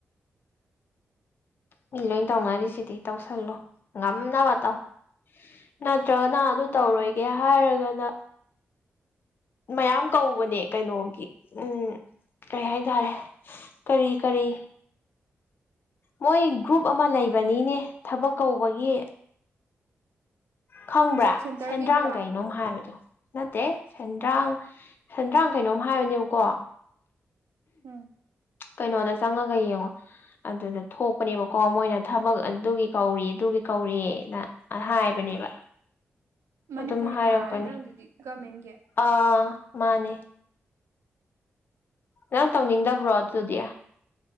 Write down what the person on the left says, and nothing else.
ꯃꯤ ꯂꯣꯏ ꯇꯧꯅꯔꯤꯁꯤꯗꯤ ꯇꯧꯁꯜꯂꯣ ꯉꯝꯅꯕ ꯇꯧ ꯅꯠꯇ꯭ꯔꯒꯅ ꯑꯗꯨ ꯇꯧꯔꯣꯏꯒꯦ
ꯍꯥꯏꯔꯒꯅ ꯃꯌꯥꯝ ꯀꯧꯕꯅꯦ ꯀꯩꯅꯣꯒꯤ ꯎꯝ ꯀꯩ ꯍꯥꯏꯇꯥꯔꯦ ꯀꯔꯤ ꯀꯔꯤ ꯃꯣꯏ ꯒ꯭ꯔꯨꯞ ꯑꯃ ꯂꯩꯕꯅꯤꯅꯦ ꯊꯕꯛ ꯀꯧꯕꯒꯤ ꯈꯪꯕ꯭ꯔꯥ
ꯁꯦꯟꯗ꯭ꯔꯥꯡ ꯀꯩꯅꯣꯝ ꯍꯥꯏꯕꯗꯣ ꯅꯠꯇꯦ ꯁꯦꯟꯗ꯭ꯔꯥꯡ ꯁꯦꯟꯗ꯭ꯔꯥꯡ ꯀꯩꯅꯣꯝ ꯍꯥꯏꯕꯅꯦꯕꯀꯣ
ꯀꯩꯅꯣꯗ ꯆꯪꯉꯒ ꯌꯦꯡꯉꯣ ꯑꯗꯨꯗ ꯊꯣꯛꯄꯅꯦꯕꯀꯣ ꯃꯣꯏꯅ ꯊꯕꯛ ꯑꯗꯨꯒꯤ ꯀꯧꯔꯤ ꯑꯗꯨꯒꯤ ꯀꯧꯔꯤꯅ ꯑ ꯍꯥꯏꯕꯅꯦꯕ
ꯑꯗꯨꯝ ꯍꯥꯏꯔꯛꯄꯅꯤ
ꯑꯥ ꯃꯥꯅꯦ ꯅꯪ ꯇꯧꯅꯤꯡꯗꯕ꯭ꯔꯣ ꯑꯗꯨꯗꯤ